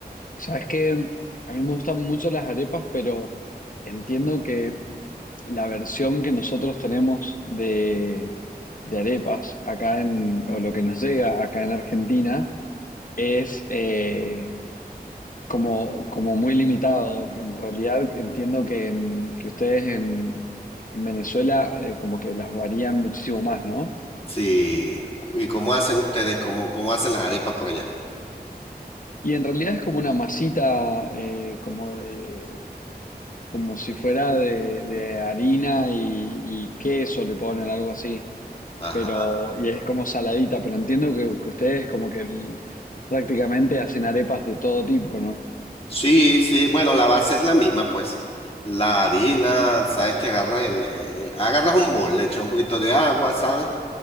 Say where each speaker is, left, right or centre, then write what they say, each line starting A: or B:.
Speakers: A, on the left; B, on the left.
A: sabes que a mí me gustan mucho las arepas, pero entiendo que la versión que nosotros tenemos de, de arepas acá en, o lo que nos llega acá en Argentina, es eh, como, como muy limitado. En realidad entiendo que, en- que ustedes en, en Venezuela eh, como que las varían muchísimo más, ¿no?
B: sí, ¿y cómo hacen ustedes? ¿Cómo, cómo hacen las arepas por allá?
A: Y en realidad es como una masita, eh, como de, como si fuera de, de harina y, y queso le ponen algo así.
B: Ajá,
A: Pero, y es como saladita, pero entiendo que, que ustedes como que el- prácticamente hacen arepas de todo tipo, ¿no?
B: sí, sí, bueno, la base es la misma, pues, la harina, sabes que agarras el, eh, eh, agarras un bol, le echas un poquito de agua, sal,